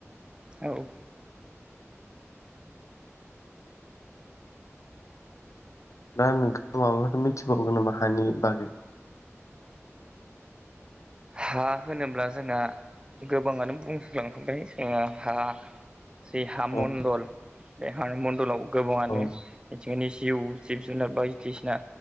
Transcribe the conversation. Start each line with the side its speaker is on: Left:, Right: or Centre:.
Right: औ
Left: दा नोंथांङा माबाफोर मिथिबावगोन नामा हानि बागै
Right: हा होनोब्ला जोंना गोबांङानो बुंसलांखांबाय जोंहा जि हा मण्डल
Left: औ
Right: बे हा मणडलाव गोबांङानो
Left: औ
Right: बिथिंनि जिउ जिब जुनार बायदिसिना